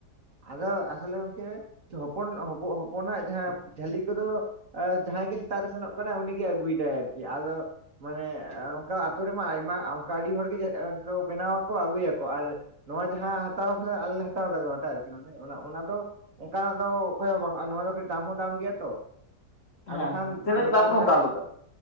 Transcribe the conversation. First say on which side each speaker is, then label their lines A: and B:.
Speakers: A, on the right (about 55°); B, on the left (about 50°).
A: ᱟᱫᱚ ᱟᱥᱚᱞᱮ ᱜᱚᱝᱠᱮ ᱦᱚᱯᱚᱱ ᱦᱚᱯᱚᱱᱟᱜ ᱡᱟᱦᱟᱸ ᱡᱷᱟᱹᱞᱤ ᱠᱚᱫᱚ? ᱡᱟᱦᱟᱸᱭ ᱜᱮ ᱥᱮᱛᱟᱜ ᱨᱮ ᱥᱮᱱᱚᱜ ᱠᱟᱱᱟᱭ ᱩᱱᱤᱜᱮ ᱟᱹᱜᱩᱭᱫᱟᱭ ᱟᱨᱠᱤ ᱟᱫᱚ ᱢᱟᱱᱮ ᱚᱱᱠᱟ ᱟᱹᱛᱳ ᱨᱮᱢᱟ ᱟᱭᱢᱟ ᱚᱱᱠᱟ ᱟᱹᱰᱤ ᱦᱚᱲᱜᱮ ᱵᱮᱱᱟᱣ ᱟᱠᱚ ᱟᱹᱜᱩᱭᱟᱠᱚ ᱟᱨ ᱱᱚᱣᱟ ᱡᱟᱦᱟᱸ ᱦᱟᱛᱟᱣ ᱠᱟᱱᱟ ᱟᱞᱮ ᱞᱮ ᱦᱟᱛᱟᱣ <unintelligible> ᱚᱱᱟ ᱫᱚ ᱚᱱᱠᱟᱱᱟᱜ ᱫᱚ ᱚᱠᱚᱭᱦᱚᱸ ᱵᱟᱝ ᱟᱨ ᱱᱚᱣᱟ ᱫᱚ ᱫᱟᱢ ᱦᱚᱸ ᱫᱟᱢ ᱜᱮᱭᱟ ᱛᱚ ᱾ ᱟᱨ
B: ᱦᱮᱸ
A: ᱵᱟᱠᱷᱟᱱ
B: ᱛᱤᱱᱟᱹᱜ
A: ᱢᱚᱱᱮ
B: ᱫᱟᱢ
A: ᱠᱟᱜ ᱢᱮ
B: ᱠᱚ
A: ᱡᱟᱦᱟᱸᱨᱮ
B: ᱦᱟᱛᱟᱣ ᱞᱮᱫᱟ